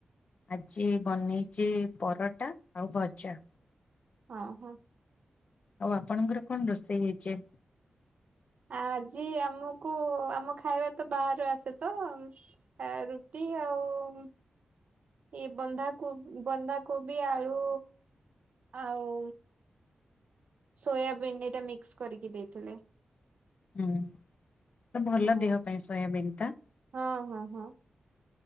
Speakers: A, on the left; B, on the right.
A: ଆଜି ବନେଇଚି ପରଟା ଆଉ ଭଜା।
B: ହଁ ହଁ।
A: ଆଉ ଆପଣଙ୍କର କଣ ରୋଷେଇ ହେଇଚି?
B: ଆଜି ଆମୁକୁ ଆମ ଖାଇବା ତ ବାହାରୁ ଆସେ ତ ଆ ରୁଟି ଆଉ ଇଏ ବନ୍ଧାକୋ, ବନ୍ଧାକୋବି ଆଳୁ ଆଉ ସୋୟାବିନ୍ ଏଇଟା ମିକ୍ସ କରିକି ଦେଇଥିଲେ।
A: ହୁଁ, ତ ଭଲ
B: ହଁ
A: ଦେହ ପାଇଁ ସୋୟାବିନ ଟା।
B: ହଁ ହଁ ହଁ।